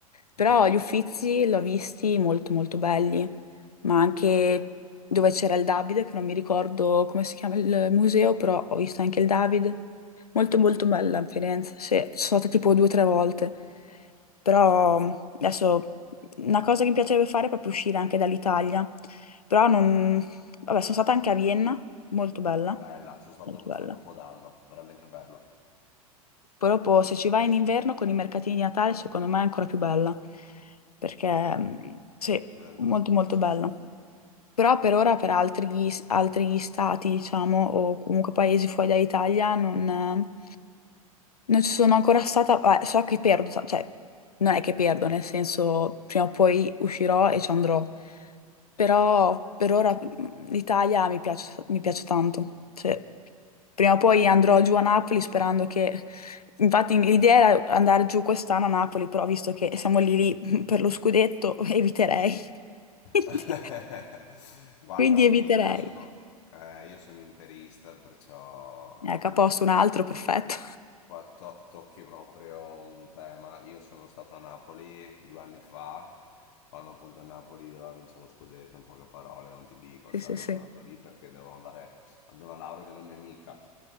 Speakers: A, on the left; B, on the left.
A: Però
B: Mhm.
A: gli Uffizi l'ho visti molto molto belli, ma anche dove c'era il Davide, che non mi ricordo come si chiama il museo, però ho visto anche il Davide. Molto
B: Mhm.
A: molto bella a Firenze, sì, ci sono stata tipo due o tre volte. Però adesso una cosa che mi piacerebbe fare è proprio uscire anche dall'Italia. Però
B: Ok,
A: non... Vabbè, sono stata anche a Vienna, molto bella,
B: bella, sono stato
A: molto
B: questo
A: bella.
B: Capodanno, veramente bello.
A: Proprio se ci vai in inverno con i mercatini di Natale, secondo me è ancora più bella. Perché mm, sì,
B: Sì,
A: molto
B: sì,
A: molto
B: sì,
A: bella.
B: sì.
A: Però per ora per altri, altri stati, diciamo, o comunque paesi fuori dall'Italia, non, non ci sono ancora stata. Beh, so che perdo, sa- cioè, non è che perdo, nel senso, prima o poi uscirò e ci andrò. Però per ora mm, l'Italia mi piace, mi piace tanto. Cioè, prima o poi
B: Sei...
A: andrò giù a Napoli sperando che... Infatti l'idea era andare giù quest'anno a Napoli, però visto che siamo lì lì <laughs> per lo scudetto, <laughs> eviterei. <laughs>
B: <laughs> Guarda,
A: Quindi, quindi
B: ti
A: eviterei.
B: dico, io sono, eh, io sono interista, perciò
A: Ecco, a posto un altro, perfetto.
B: Guarda, to- tocchi proprio un tema. Io sono stato a Napoli due anni fa, quando appunto il Napoli doveva vincere lo scudetto, in poche parole, non ti dico,
A: Sì,
B: cioè
A: sì, sì.
B: io sono andato lì perché dovevo andare ad una laurea di una mia amica.